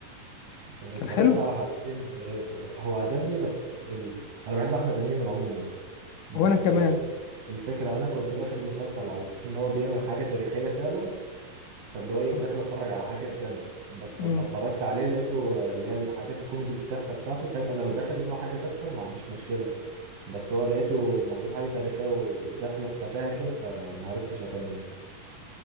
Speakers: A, on the right; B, on the left.
A: اتفرجت
B: كان حلو
A: على حلقتين اه، هو عجبني بس ال... أنا بحب أحمد أمين عموما بس
B: وأنا كمان
A: اه، الفكرة أنا كنت داخل المسلسل على أساس إن هو بيعمل حاجة تاريخية فعلا فاللي هو إيه
B: اه
A: داخل أتفرج على حاجة بجد بس
B: مم.
A: لما اتفرجت عليه لقيته اه، اللي هي الحاجات الكوميدي التافهة بتاعته فاهم أنا لو داخل إن هو حاجة تافهة ما عنديش مشكلة بس هو لقيته المفروض حاجة تاريخية وداخلة بتفاهة كده فمعرفتش أكمل